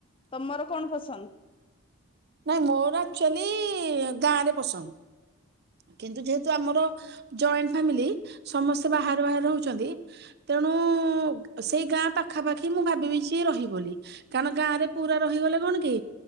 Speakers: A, on the left; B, on the right.
A: ତମର କଣ ପସନ୍ଦ?
B: ନାଇଁ ମୋର ଆକ୍ଚୁଆଲି ଗାଁ ରେ ପସନ୍ଦ। କିନ୍ତୁ ଯେହେତୁ ଆମର ଜଏଣ୍ଟ ଫାମିଲି ସମସ୍ତେ ବାହାରେ ବାହାରେ ରହୁଛନ୍ତି ତେଣୁ ସେଇ ଗାଁ ପାଖାପାଖି ମୁଁ ଭାବିବି ଯେ ରହିବି ବୋଲି। କାରଣ ଗାଁ ରେ ପୁରା ରହିଗଲେ କଣ କି